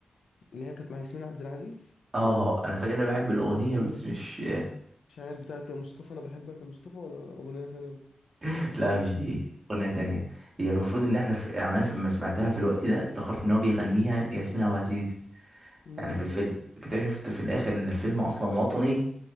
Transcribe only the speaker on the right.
<laughs> اه انا فاكر ان انا بحب الاغنيه بس مش
<laughs> لا مش دي اغنيه تانية هي المفروض ان احنا في... يعني انا لما سمعتها في الوقت ده افتكرت ان هو بيغنيها لياسمين عبد العزيز
يعني في الفيلم اكتشفت في الاخر ان الفيلم اصلا وطني